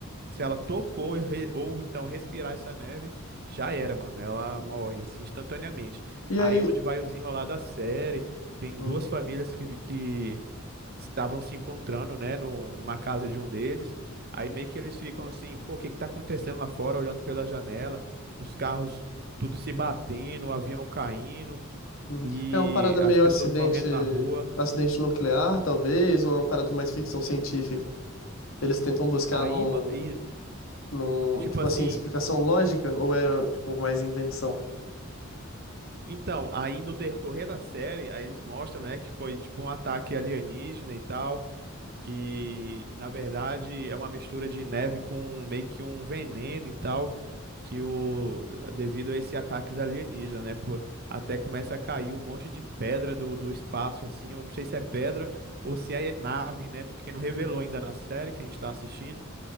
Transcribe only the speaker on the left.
E
aí.
Uhum,
uhum.
É uma parada meio
acidente,
acidente nuclear, talvez, ou é uma parada mais ficção científica. Eles tentam buscar
num,
no
tipo
assim, explicação lógica ou é tipo mais invenção?